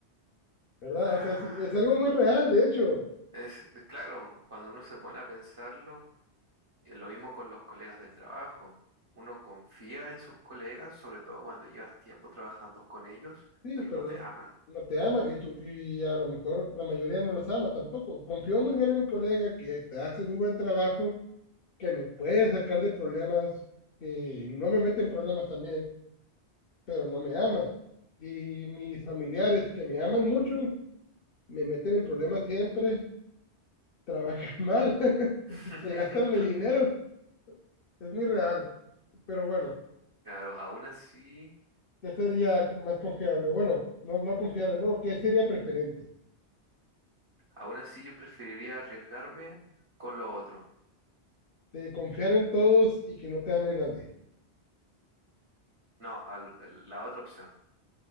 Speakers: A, on the left; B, on the right.
A: ¿verdad?
B: Ah.
A: O sea, sí, es algo muy real, de hecho,
B: Es es claro, cuando uno se pone a pensarlo, eh, lo mismo con los colegas del trabajo. Uno confía en sus colegas, sobre todo cuando llevas tiempo trabajando con ellos,
A: sí,
B: pero
A: pero
B: no te
A: no.
B: aman.
A: no te aman y tú, y a lo mejor la mayoría no los ama tampoco. Confío muy bien en mi colega que te hace muy buen trabajo, que me puede sacar de problemas, que no me mete en problemas también, pero no me ama. Y mis familiares que me aman mucho, me meten en problemas siempre, trabajan mal, <laughs>
B: <laughs>
A: se gastan mi
B: Cl-
A: dinero, es muy real. Pero bueno,
B: Claro, aún así,
A: ¿qué sería más confiable? Bueno, no más confiable, no, ¿qué sería preferente?
B: aún así yo preferiría arriesgarme con lo otro.
A: De confiar en todos y que no te ame nadie.
B: No, al- la otra opción.